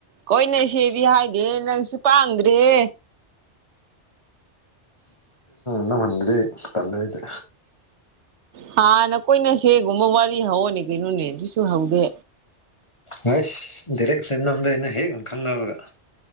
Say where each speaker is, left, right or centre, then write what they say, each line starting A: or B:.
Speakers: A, on the right; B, on the left.
A: ꯀꯣꯏꯅꯁꯦꯗꯤ ꯍꯥꯏꯗꯦ ꯅꯪꯁꯨ ꯄꯥꯡꯗ꯭ꯔꯦ ꯍꯦ
B: ꯅꯥ ꯍꯟꯗꯗꯤ ꯇꯜꯂꯦ ꯑꯩꯗꯤ
A: ꯍꯥꯟꯅ ꯀꯣꯏꯅꯁꯦꯒꯨꯝꯕ ꯋꯥꯔꯤ ꯍꯧꯑꯣꯅꯦ ꯀꯩꯅꯣꯅꯦ ꯑꯗꯨꯁꯨ ꯍꯧꯗꯦ
B: ꯍꯁ ꯗꯥꯏꯔꯦꯛꯁꯦ ꯅꯝꯗ ꯑꯩꯅ ꯍꯦꯛ ꯈꯪꯅꯕꯒ